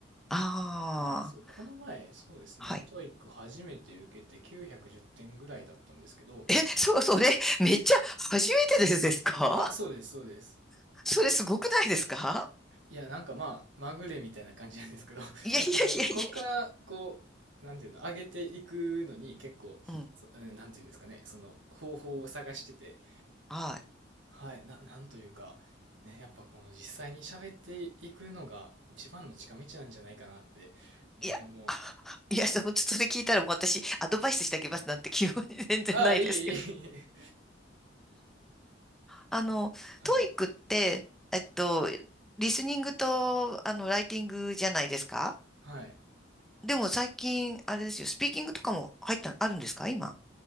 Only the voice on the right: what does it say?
はい、そう、この前、そうですね、
トーイック初めて受けて910点ぐらいだったんですけど、
あ、そうです、そうです。
いや、なんかまあ、まぐれみたいな感じなんですけど、<laughs>
なんかこう、こっから、こう、なんていうの、上げていくのに結構、
そ、うんなんていうんですかね、その方法を探してて、
はい、な、なんというか、ね、やっぱこの実際に喋っていくのが一番の近道なんじゃないかなって、ね、
も
う、ああ、いえいえいえ。
<laughs> はい、
はい。